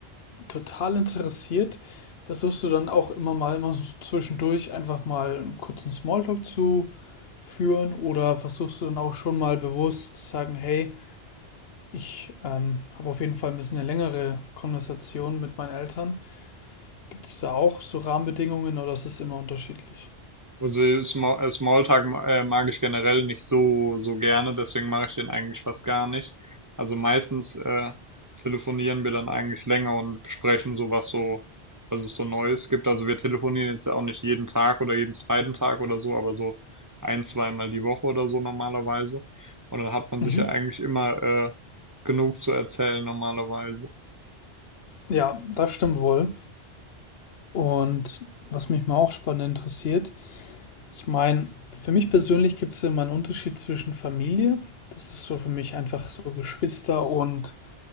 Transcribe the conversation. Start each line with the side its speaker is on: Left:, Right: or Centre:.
Left: total interessiert, versuchst du dann auch immer mal immer so zwischendurch einfach mal einen kurzen Smalltalk zu führen oder versuchst du dann auch schon mal bewusst zu sagen, hey, ich ähm, habe auf jeden Fall ein bisschen eine längere Konversation mit meinen Eltern. Gibt es da auch so Rahmenbedingungen oder ist es immer unterschiedlich?
Right: Also äh, Small, äh, Smalltalk ma- äh, mag ich generell nicht so, so gerne, deswegen mache ich den eigentlich fast gar nicht. Also meistens äh, telefonieren wir dann eigentlich länger und besprechen so, was so, was es so Neues gibt. Also wir telefonieren jetzt auch nicht jeden Tag oder jeden zweiten Tag oder so, aber so ein, zweimal die Woche oder so normalerweise. Und dann hat man
Left: Mhm.
Right: sich ja eigentlich immer äh, genug zu erzählen normalerweise.
Left: Ja, das stimmt wohl. Und was mich mal auch spannend interessiert, ich meine, für mich persönlich gibt es immer einen Unterschied zwischen Familie, das ist so für mich einfach so Geschwister und